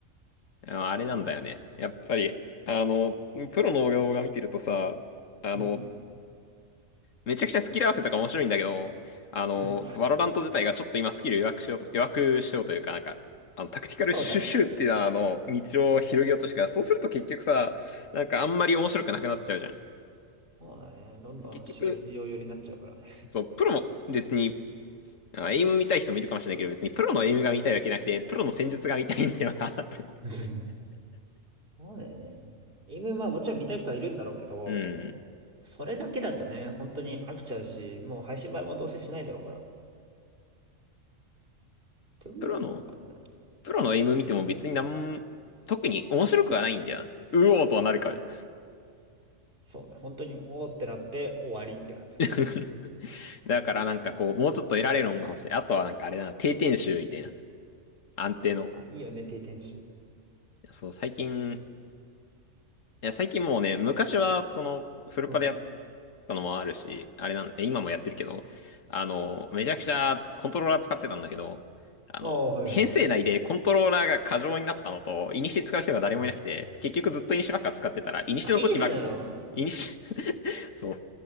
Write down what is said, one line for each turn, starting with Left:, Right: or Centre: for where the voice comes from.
Left: ああれなんだよね。やっぱり、あの、プロの動画見てるとさ、あの、
Right: うん。
Left: めちゃくちゃスキル合わせとか面白いんだけど、あの、
Right: うん。
Left: ワロラント自体がちょっと今スキル弱くしようと、弱くしようというか、なんか、あの、タクティカルシュッシュっていうあの、
Right: そうだね。
Left: 道を広げようとしてから、そうすると結局さ、なんかあんまり面白くなくなっちゃうじゃん。
Right: そうだね。どんどん
Left: 結局、
Right: CSGO 寄りになっちゃうからね。
Left: そう、プロも別にまあエイム見たい人もいるかもしれないけど、別にプロのエイムが見たいわけじゃなくて、プロの戦術が見たいんだよなって思う。
Right: <laughs> そうだよね。今、まあもちろん見たい人はいるんだろうけど、
Left: うん。
Right: それだけだとね、本当に飽きちゃうし、もう配信映えもどうせしないだろうから。って思うとなんかね、
Left: プロの、プロのエイム見ても別になん、特に面白くはないんだよな。うおーとはなるかよ。
Right: うん。そうね。本当に、おーってなって終わりって感じかな。
Left: <laughs> だからなんかこう、もうちょっと得られるのが欲しい。あとはなんかあれだな、定点集みたいな。安定の。
Right: あ、いいよね、定点集。
Left: いやそう、最近、いや、最近もうね、昔はその、フルパでやっ
Right: うん。
Left: たのもあるし、あれなん、え今もやってるけど、あの、めちゃくちゃコントローラー使ってたんだけど、あの、
Right: ああ、はいはいはい。
Left: 編成内でコントローラーが過剰になったのと、イニシ使う人が誰もいなくて、
Right: うん
Left: 結局ずっとイニシばっか使ってたら、イニシの時ばっ、
Right: あ、いいしなの、なんだ。
Left: イニシ <laughs> そ